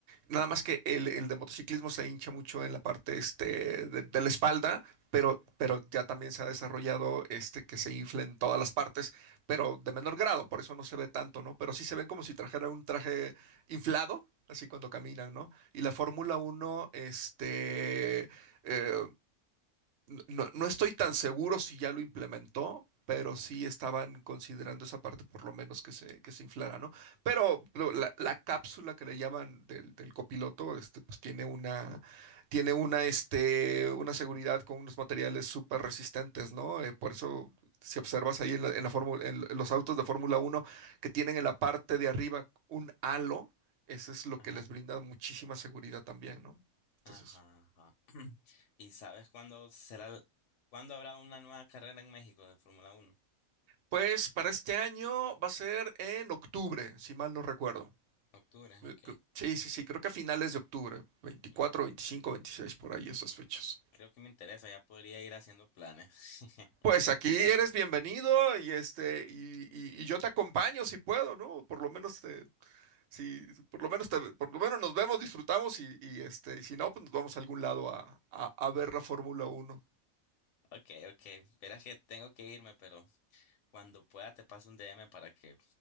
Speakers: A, on the right; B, on the left.
A: Nada más que el, el de motociclismo se hincha mucho en la parte este, de, de la espalda, pero, pero ya también se ha desarrollado este que se infla en todas las partes, pero de menor grado, por eso no se ve tanto, ¿no? Pero sí se ven como si trajeran un traje inflado, así cuando caminan, ¿no? Y la Fórmula Uno, este, eh, no, no estoy tan seguro si ya lo implementó, pero sí estaban considerando esa parte por lo menos que se, que se inflara, ¿no? Pero lo- la, la cápsula que le llaman del, del copiloto, este, pues tiene una, tiene una, este, una seguridad con unos materiales súper resistentes, ¿no? Eh, por eso, si observas ahí en, la- en la fórmula- en los autos de Fórmula uno que tienen en la parte de arriba un halo, eso es lo
B: Ajá,
A: que les brinda muchísima seguridad también, ¿no? Entonces...
B: ajá, ajá. <clears throat> ¿Y sabes cuándo será, el- cuándo habrá una nueva carrera en México de Fórmula Uno?
A: Pues para este año va a ser en octubre, si mal no recuerdo.
B: Octubre,
A: Eh,
B: ok.
A: cre- Sí, sí, sí, creo que a finales de octubre, veinticuatro,
B: Mm,
A: 25, 26 por ahí esas fechas.
B: Creo que me interesa, ya podría ir haciendo planes. <laughs>
A: Pues aquí eres bienvenido y este y, y- y yo te acompaño si puedo, ¿no? Por lo menos te, si, por lo menos te- por lo menos nos vemos, disfrutamos y, y, este, y si no, pues nos vamos a algún lado a, a, a ver la Fórmula uno.
B: Ok, ok. Verás que tengo que irme, pero cuando pueda te paso un DM para que